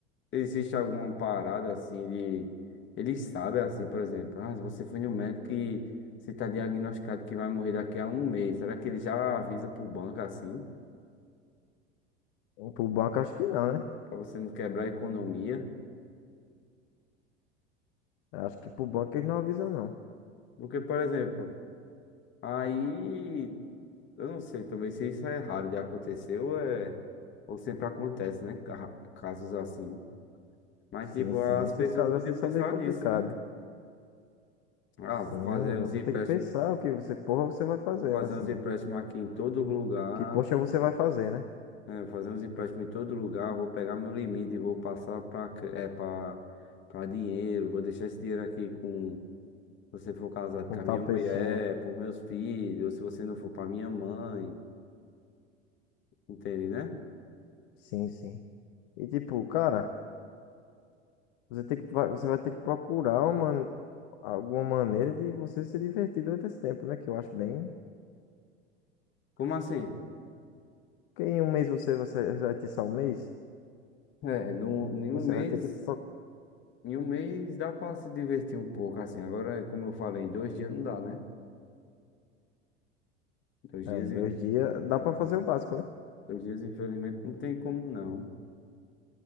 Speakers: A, on the left; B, on the left.
A: existe alguma parada assim de. Eles sabem, assim, por exemplo, ah, você foi no médico e você tá diagnosticado que vai morrer daqui a um mês. Será que ele já avisa pro banco assim?
B: em- pro banco, acho que não, né?
A: Pra você não quebrar a economia?
B: Eu Acho que pro banco eles não avisam, não.
A: Porque, por exemplo, aí. Eu não sei também se isso é raro de acontecer ou, é... ou sempre acontece, né? Ca- Casos assim. Mas,
B: Sim,
A: tipo,
B: sim,
A: as
B: esses
A: pessoas
B: casos
A: podiam
B: assim são
A: pensar
B: meio complicados.
A: nisso, né? Ah,
B: Sim,
A: vou fazer uns
B: você
A: empréstimos,
B: tem que pensar o que você, porra, você vai fazer,
A: vou fazer
B: né? Assim,
A: uns empréstimos aqui em todo lugar,
B: que poxa você vai fazer, né?
A: né? Fazer uns empréstimos em todo lugar, vou pegar meu limite e vou passar para é, para para dinheiro, vou deixar esse dinheiro aqui com, se você for casado
B: Com
A: com a
B: tal
A: minha mulher,
B: pessoa.
A: para meus filhos, ou se você não for para minha mãe, entende, né?
B: Sim, sim. E tipo, cara, você tem que, vai- você vai ter que procurar uma, man- alguma maneira de você se divertir durante esse tempo, né? Que eu acho bem.
A: Como assim?
B: Porque em um mês você, você vai ter só um mês,
A: É, num, em
B: você
A: um mês.
B: vai ter que. pro-
A: Em um mês dá pra se divertir um pouco, assim. Agora, como eu falei, em dois dias não dá, né? Dois
B: É,
A: dias,
B: em
A: e-
B: dois dias, dá
A: dois,
B: pra fazer o básico, né?
A: dois dias, infelizmente, não tem como não.